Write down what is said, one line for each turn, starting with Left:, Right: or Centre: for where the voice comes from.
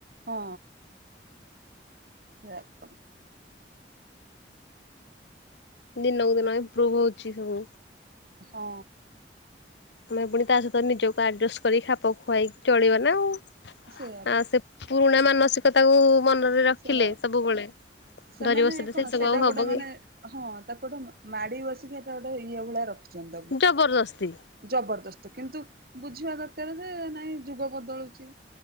Right: ହଁ। ଯାହା କ
Left: ଦିନକୁ ଦିନ ଇମ୍ପ୍ରୁଭ୍ ହୋଉଚି ସବୁ।
Right: ହଁ।
Left: ତମେ ପୁଣି ତା ସହିତ ନିଜକୁ ଅର୍ଜଷ୍ଟ କରି ଖାପ ଖୁଆଇକି ଚଳିବ ନା ଆଉ।
Right: ସେଇଆ
Left: ଆ
Right: ପା।
Left: ସେ ପୁରୁଣା ମାନସିକତାକୁ ମନରେ ରଖିଲେ
Right: ସେଇଆ
Left: ସବୁବେଳେ
Right: ସେମାନେ
Left: ଧରି ବସିଲେ
Right: କଣ
Left: ସେ ସବୁ
Right: ସେଇଟା
Left: ଆଉ
Right: ଗୋଟେ
Left: ହବ
Right: ମାନେ
Left: କି?
Right: ହଁ ତାକୁ ଗୋଟେ ମାଡି ବସିକି ହେଟା ଟା ଇଏ ଭଳିଆ ରଖିଛନ୍ତି ତାକୁ
Left: ଜବରଦସ୍ତି।
Right: ଜବରଦସ୍ତ କିନ୍ତୁ ବୁଝିବା ଦରକାର ଯେ ନାଇଁ ଯୁଗ ବଦଳୁଚି